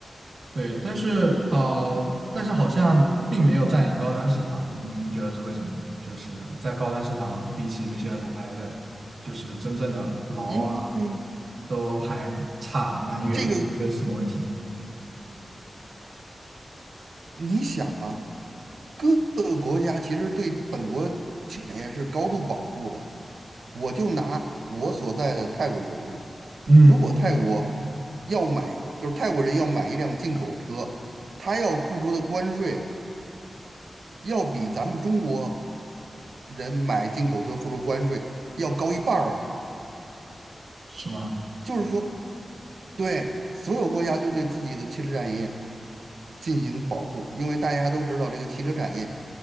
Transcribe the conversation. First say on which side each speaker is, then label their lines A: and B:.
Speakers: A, on the right; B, on the right.
A: 对，但是呃，但是好像并没有占领高端市场，您觉得是为什么呢？就是在高端市场，比起那些老牌的，就是真正的劳啊，
B: 因为
A: 都还差蛮远。
B: 这个，
A: 你觉得是什么问题呢
B: 你想啊，各个国家其实对本国产业是高度保护的。我就拿我所在的泰国为例，
A: 嗯，
B: 如果泰国要买，就是泰国人要买一辆进口车，他要付出的关税要比咱们中国人买进口车付出关税要高一半儿啊。
A: 是吗？
B: 就是说，对所有国家都对自己的汽车产业进行保护，因为大家都知道这个汽车产业